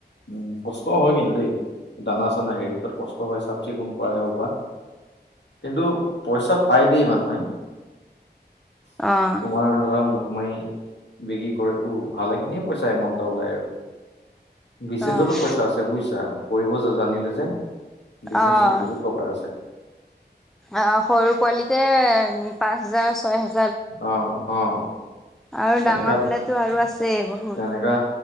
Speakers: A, on the left (about 80°); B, in the centre.
A: উম কষ্ট হয় কিন্তু দেই দানা চানা -হেৰি কৰাত কষ্ট হয় চাফ চিকুণ কৰা সেইসোপা। কিন্তু পইচা পাই দেই মানুহে।
B: অ'
A: তোমাৰ ধৰা মই বিক্ৰী কৰিটু ভালেখিনিয়ে পইচা এমাউন্ট এটা ওলাই আৰু। বিজনেজতো
B: অ'
A: পইচা আছে বুইছা কৰিব জানিলে যে। বিজনেছত
B: অ'
A: বহুত টকা আছে।
B: অ', সৰু পোৱালিতে পাঁচ হেজাৰ, ছয় হেজাৰ।
A: অহ ', অহ ',
B: আৰু
A: তেনেকা
B: ডাঙৰ
A: -তেনেকা
B: হলেতো আৰু আছেই বহুত